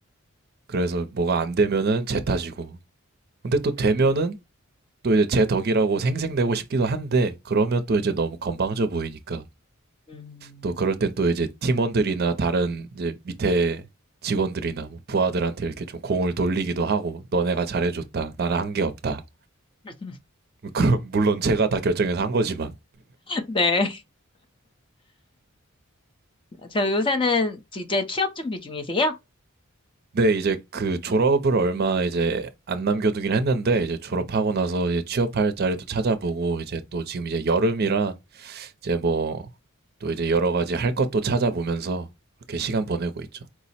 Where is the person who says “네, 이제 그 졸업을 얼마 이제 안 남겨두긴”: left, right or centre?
Right